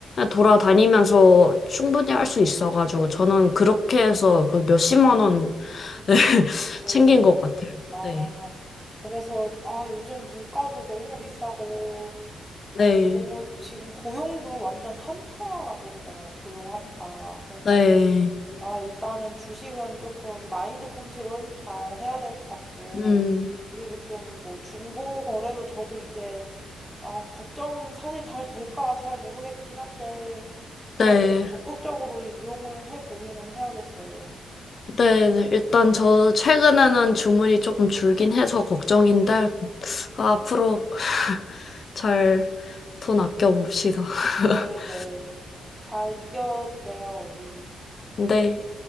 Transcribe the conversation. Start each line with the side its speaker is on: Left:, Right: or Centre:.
Left: 돌아다니면서 충분히 할 수 있어가지고 저는 그렇게 해서 그 몇십만 원 <laughs>
Centre: 오,
Left: 챙긴 것 같아요.
Centre: 아,
Left: 네.
Centre: 그래서, 아, 요즘 물가도 너무 비싸고,
Left: 네.
Centre: 아, 너무 지금 고용도 완전 한파라고 그러잖아요. 고용 한파. 그래서,
Left: 네.
Centre: 아, 일단은 주식은 조금 마인드 컨트롤 잘 해야 될 것 같고,
Left: 음.
Centre: 그리고 좀 뭐 중고 거래도 저도 이제, 아, 걱정 사실 잘 될까 잘 모르겠긴 한데, 그래도
Left: 네.
Centre: 좀 적극적으로 이용을 해 보기는 해야겠어요.
Left: 네. 일단 저 최근에는 주문이 조금 줄긴 해서 걱정인데 앞으로 잘 돈 아껴봅시다. <laughs>
Centre: 네, 네. 잘 이겨내요, 우리.
Left: 네.